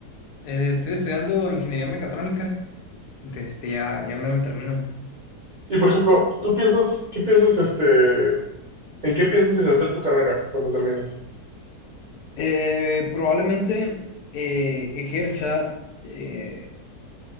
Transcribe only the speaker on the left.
Eh, estoy estudiando ingeniería mecatrónica, entonces este, ya, ya me lo termino.
Eh, probablemente eh, ejerza, eh,